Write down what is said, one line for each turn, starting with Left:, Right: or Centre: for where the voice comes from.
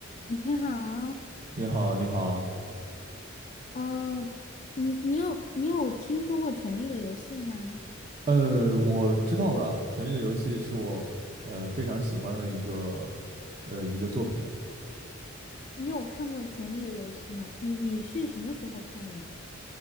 Left: 你好，
Right: 你好，你好，
Left: 嗯、你你有你有听说过《权力的游戏》吗？
Right: 呃，我知道的，《权力的游戏》是我呃非常喜欢的一个呃一个作品，
Left: 你有看过《权力的游戏》吗？你你是什么时候看的呀？